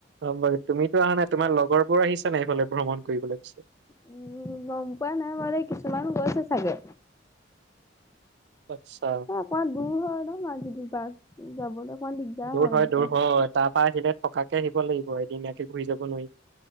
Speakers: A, on the right (about 65°); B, on the left (about 15°).
A: অ', বু তুমিতো অহা নাই তোমাৰ লগৰবোৰ আহিছা নে এইফালে ভ্ৰমণ কৰিবলৈ পিছে?
B: উম গম পোৱা নাই বাৰ কিছুমান গৈছে চাগে।
A: আচ্ছা
B: অ', অকমান দূৰ হয় ন' মাজি দুবাক। যাবলৈ অমান দিগদাৰ
A: দূৰ
B: হয় এনেকা
A: দূৰ
B: অ',
A: হয় তাৰ পৰা আহিলে থকাকে আহিব লাগিব এদিনীয়াকে ঘূৰি যাব নোৱাৰি